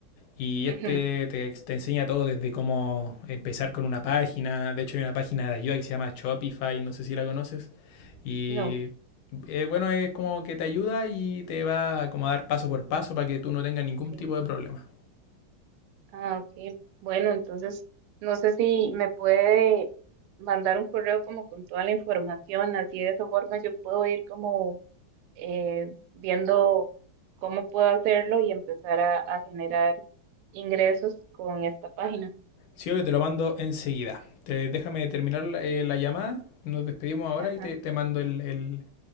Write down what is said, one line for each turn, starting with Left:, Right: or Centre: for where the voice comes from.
Left: Y este
Right: ujú,
Left: te, te enseña todo desde cómo empezar con una página. De hecho, hay una página de ayuda que se llama Shopify, no sé si la conoces. Y
Right: No,
Left: eh, bueno, es como que te ayuda y te va como a dar paso por paso para que tú no tengas ningún
Right: ok.
Left: tipo de problema.
Right: Ah, ok. Bueno, entonces no sé si me puede mandar un correo como con toda la información, así de esa forma yo puedo ir como eh, viendo cómo puedo hacerlo y empezar a, a generar ingresos con esta página.
Left: Sí, que te lo mando enseguida. Te, déjame terminar la, eh, la llamada. Nos despedimos ahora
Right: Ajá.
Left: y te, te mando el, el-